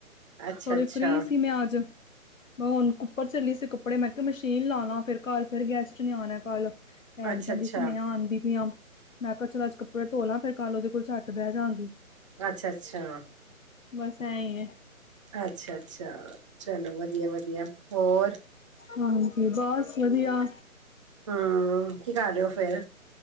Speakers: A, on the right; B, on the left.
A: ਅੱਛਾ
B: ਥੋੜੀ
A: ਅੱਛਾ
B: ਫਰੀ ਸੀ ਮੈਂ ਅੱਜ ਮੈਂ ਹੁਣ ਉੱਪਰ ਚੱਲੀ ਸੀ ਕੱਪੜੇ ਮੈਂ ਕਿਹਾ ਮਸ਼ੀਨ ਲਾ ਲਾ ਫਿਰ ਕੱਲ ਫਿਰ ਗੈਸਟ ਨੇ ਆਣਾ ਕੱਲ ਭੈਣ
A: ਅੱਛਾ
B: ਕਹਿੰਦੀ
A: ਅੱਛਾ
B: ਸੀ ਸਨੇਹਾ ਆਉਂਦੀ ਪਈਆਂ ਮੈਂ ਕਿਹਾ ਚਲਾ ਅੱਜ ਕੱਪੜੇ ਧੋਲਾਂ ਫਿਰ ਕੱਲ ਉਹਦੇ ਕੋਲ ਝੱਟ ਬਹਿ ਜਾਂਗੀ
A: ਅੱਛਾ ਅੱਛਾ
B: ਬਸ ਐਹੀ ਐ
A: ਅੱਛਾ ਅੱਛਾ ਚਲੋ ਵਧੀਆ ਵਧੀਆ ਹੋਰ
B: ਹਾਂਜੀ ਬਸ ਵਧੀਆ
A: ਹੂੰ ਕੀ ਕਰ ਰਹੇ ਹੋ ਫਿਰ